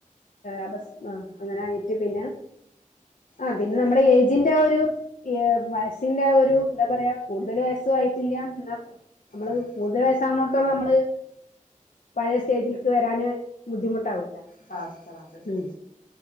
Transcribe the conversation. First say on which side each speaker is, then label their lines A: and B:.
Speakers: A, on the left; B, on the left.
A: അപസ്മ ആഹ അങ്ങനെ ആയിട്ട് പിന്നെ ആ
B: ആഹ്
A: പിന്നെ നമ്മുടെ ഏജിന്റെ ആ ഒരു ഈർ വയസ്സിന്റെ ഒരു എന്താ പറയാ കൂടുതൽ വയസ്സും ആയിട്ടില്ല. എന്ന നമ്മള്ത്
B: ആഹ്
A: കൂടുതൽ വയസ്സാവുന്ന ത്തോളളം നമ്മള് പഴയ സ്റ്റേജിൽക്ക് വരാന് ബുദ്ധിമുട്ട ട്ടാവൊലോ
B: ഭാസ്കർ അതുണ്ട്
A: ഉം